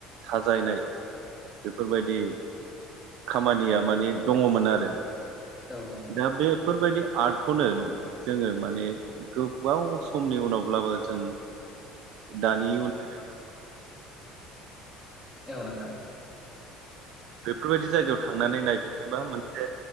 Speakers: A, on the right (about 60°); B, in the centre.
A: साजायनाय बेफोरबायदि, खामानिया माने दङमोन आरो
B: औ नोंथां
A: दा बेफोरबायदि आर्टखौनो जोङो माने गोबाव समनि उनावब्लाबो जों दानि उनाव,
B: औ नोंथां
A: बेफोरबायदि जायगायाव थांनानै नायफिनोबा मोनसे